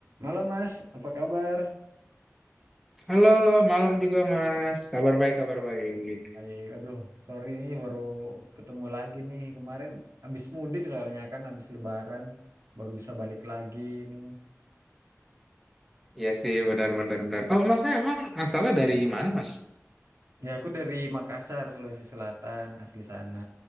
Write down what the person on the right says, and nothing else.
Malam Mas, apa kabar?
Baik, aduh, sorry nih baru ketemu lagi nih. Kemarin habis mudik soalnya kan habis lebaran baru bisa balik lagi nih.
Ya aku dari Makassar, Sulawesi Selatan, asli sana.